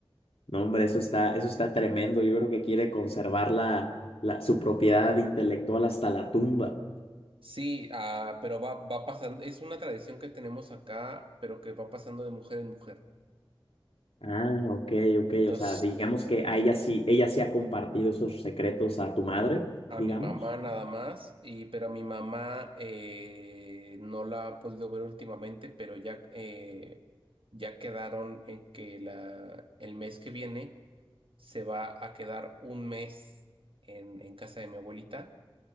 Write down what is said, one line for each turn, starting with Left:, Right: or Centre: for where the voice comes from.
Left: no, hombre, eso está, eso está tremendo. Yo creo que quiere conservar la, la, su propiedad intelectual hasta la tumba.
Right: Sí, ah, pero va, va pasando, es una tradición que tenemos acá, pero que va pasando de mujer en mujer.
Left: Ah, ok, ok.
Right: Entonces,
Left: O sea, digamos que a ella sí, ella sí ha compartido esos secretos a tu madre,
Right: a
Left: digamos.
Right: mi mamá nada más, y pero a mi mamá eh, no la ha podido ver últimamente, pero ya, eh, ya quedaron en que la, el mes que viene se va a quedar un mes en, en casa de mi abuelita.